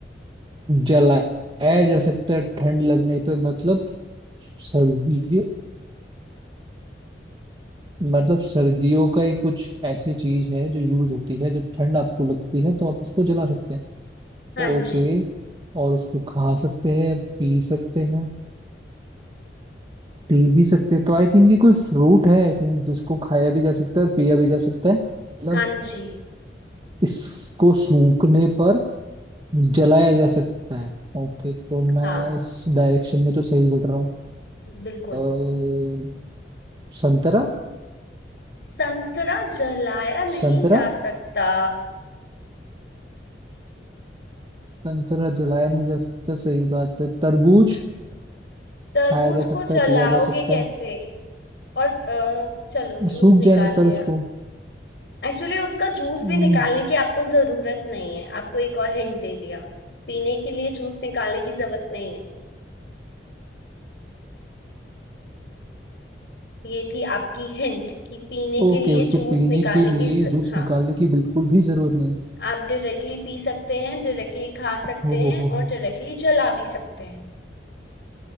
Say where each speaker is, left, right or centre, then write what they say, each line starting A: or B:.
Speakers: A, on the right; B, on the left.
A: जलाया जा सकता है ठंड लगने पे मतलब सर्दियों मतलब सर्दियों का ही कुछ ऐसी चीज है जो यूज होती है जब ठंड आपको लगती है तो आप उसको जला सकते हैं
B: हाँ
A: ओके
B: जी
A: और उसको खा सकते हैं पी सकते हैं पी भी सकते हैं तो आई थिंक ये कोई फ्रूट है आई थिंक जिसको खाया भी जा सकता है और पिया भी जा सकता है मतलब
B: हाँ जी
A: इसको सूखने पर जलाया जा सकता है ओके तो मैं
B: हाँ
A: इस डायरेक्शन में तो सही बढ़ रहा हूँ
B: बिल्कुल
A: अ, संतरा
B: संतरा जलाया नहीं
A: संतरा
B: जा सकता
A: संतरा जलाया नहीं जा सकता सही बात है तरबूज
B: तरबूज
A: खाया जा
B: को
A: सकता
B: जलाओगे
A: है पिया जा सकता
B: कैसे
A: है
B: और अ, चलो जूस
A: सूख
B: निकाल
A: जाने पर
B: लिया
A: उसको
B: एक्चुअली उसका जूस
A: हम्म,
B: भी निकालने की आपको जरूरत नहीं है आपको एक और हिंट दे दिया पीने के लिए जूस निकालने की जरूरत नहीं है ये थी आपकी हिंट कि पीने
A: ओके
B: के लिए
A: उसको
B: जूस
A: पीने
B: निकालने
A: के लिए
B: की ज...
A: जूस
B: हाँ
A: निकालने की बिल्कुल भी जरूरत नहीं
B: आप डायरेक्टली पी सकते हैं डायरेक्टली खा
A: हो
B: सकते हैं
A: हो हो
B: और
A: हो
B: डायरेक्टली जला भी सकते हैं